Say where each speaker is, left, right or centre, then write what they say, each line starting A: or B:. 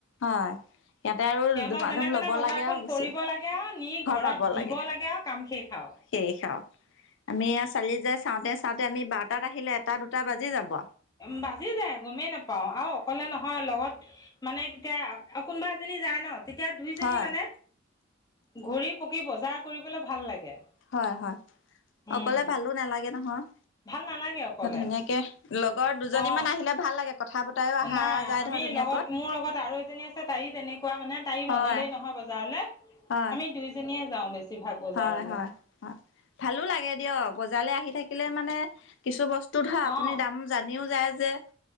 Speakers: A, on the left; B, on the left.
A: হয়, সিহঁতে আৰু
B: সিহঁতৰ
A: ধুমা-ধুম
B: যেনে তেনে
A: ল'ব
B: বজাৰখন
A: লাগে আৰু গুচি
B: কৰিব
A: আহি
B: লাগে আৰু নি ঘৰত
A: ঘৰ পাব
B: দিব
A: লাগে,
B: আৰু কাম শেষ আৰু
A: শেষ আৰু। আমি চালি-জাৰি চাওঁতে চাওঁতে আমি বাৰটাত আহিলে এটা-দুটা বাজি যাব।
B: উম, বাজি যায় গমেই নাপাওঁ, আৰু অকলে নহয় লগত মানে এতিয়া আৰু কোনোবা এজনী যায় ন। তেতিয়া দুইজনী
A: হয়
B: মানে ঘূৰি-পকি বজাৰ কৰিবলৈ ভাল লাগে।
A: হয় হয়,
B: উম
A: অকলে ভালো নালাগে নহয়।
B: ভাল নালাগে অকলে
A: ধুনীয়াকে, লগৰ দুজনী
B: অ
A: মান আহিলে ভাল লাগে কথা বতৰাও অহা
B: নাই
A: যায়
B: আমি
A: ধৰ ধুনীয়াকৈ
B: লগত, মোৰ লগত আৰু এজনী আছে তাইওঁ তেনেকুৱা মানে, তাইওঁ
A: হয়
B: নগলেই নহয় বজাৰলে,
A: হয়
B: আমি দুইজনীয়ে <unintelligible> বজাৰলে
A: হয়, হয়, হয়, ভালো লাগে দিয়ক বজাৰলৈ আহি থাকি থাকিলে মানে কিছু বচ <unintelligible> আপুনি
B: অ
A: দাম জানিওঁ যায় যে